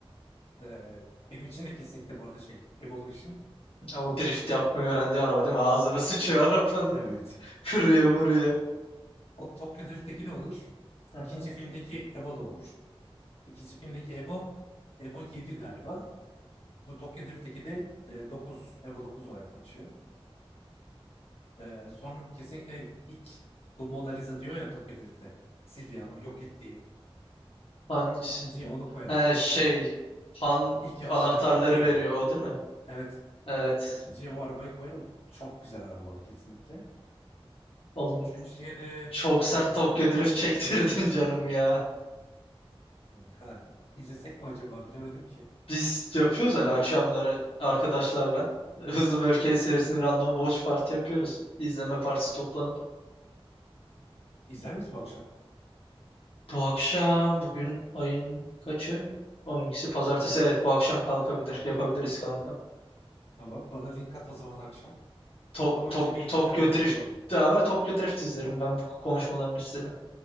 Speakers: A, on the left; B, on the left.
A: Ee, benim için de kesinlikle bu arada şey Evolution.
B: O drift yapmayı
A: Tok
B: öğrendiği araba değil mi? Ağzına sıçıyor arabanın.
A: evet.
B: <laughs> Kırıyor vuruyor.
A: O, o Tokyo Drift'teki de olur.
B: Aha.
A: İkinci filmdeki Evo da olur. İkinci filmdeki Evo Evo yedi galiba. Bu Tokyo Drift'teki de e, 9, Evo dokuz olarak geçiyor. Ee, sonra kesinlikle ilk bu Mona Lisa diyor ya Tokyo Drift'te. Silvia bu yok ettiği.
B: Hangisi?
A: İkinciyi onu koyarım.
B: He şey. Han
A: İlk yarışta
B: anahtarları
A: DK ile.
B: veriyor o değil mi?
A: Evet.
B: Evet.
A: ikinciye o arabayı koyarım. Çok güzel araba o kesinlikle.
B: Oğlum
A: Üçüncüye de
B: çok sert
A: ne koyarım?
B: Tokyo Drift çektirdin <laughs> canımı ya.
A: Kanka izlesek mi acaba bilemedim ki.
B: Biz yapıyoruz öyle akşamları arkadaşlarla. <laughs> Hızlı ve Öfkeli serisinin random watch party yapıyoruz. İzleme partisi toplanıp.
A: İzler miyiz bu akşam?
B: Bu akşam bugün ayın kaçı? on ikisi pazartesi evet bu akşam kalkabilir. Yapabiliriz kanka.
A: Tamam bana link at o zaman akşam.
B: Tok,
A: Ama
B: tok,
A: önce bir gidip
B: Tokyo
A: de abur
B: Drift
A: cubur alayım.
B: ama Tokyo Drift izlerim ben bu konuşmaların üstüne.